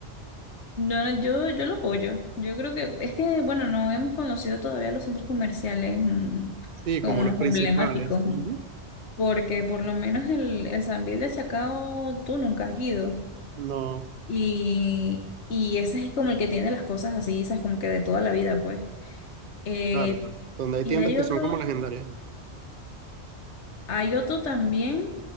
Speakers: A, on the left (about 80°); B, on the right (about 50°).
A: No, no, yo, yo lo apoyo. Yo creo que es que, bueno, no hemos conocido todavía los centros comerciales mm,
B: Sí,
A: como
B: como
A: más
B: los principales.
A: emblemáticos,
B: Ujú.
A: mm, porque por lo menos el, el Sambil de Chacao tú nunca has ido.
B: No,
A: Y, y ese es como el que tiene las cosas así, ¿sabes? Como que de toda la vida, pues. Eh,
B: claro, claro. Donde hay
A: y
B: tiendas
A: hay
B: que
A: otro,
B: son como legendarias.
A: hay otro también